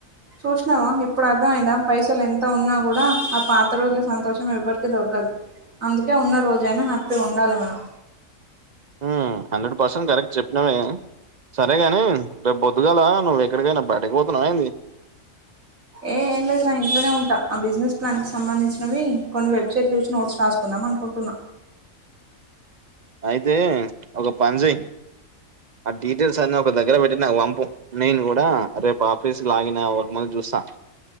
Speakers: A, on the right; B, on the right.
A: చూష్నావ ఇప్పుడు అర్థం అయిందా పైసలు ఎంత ఉన్నా కూడా ఆ పాత రోజుల సంతోషం ఎవర్కీ దొరకదు అందుకే ఉన్న రోజయినా హ్యాపీగుండాలే మనం
B: హ్ హండ్రెడ్ పర్సెంట్ కరెక్ట్ చెప్పినావే సరేగాని రేప్ బొద్దుగాల నువేక్కడికైనా బయటకు పోతున్నావ ఏంది
A: ఏ ఏం లేదు రా ఇంట్లనే ఉంటా ఆ బిజినెస్ ప్లాన్ కి సంబంధించినవి కొన్ని వెబ్సైట్లు చూస్ నోట్స్ రాసుకుందం దమన్కుంటున్న
B: అయితే ఒక పంజేయ్ ఆ డీటెయిల్స్ అన్ ఒక దగ్గర పెట్టి నాక్ వంపు నేన్ కూడా రేపు ఆఫీస్ లాగిన్ అవ్వకముంద్ జు స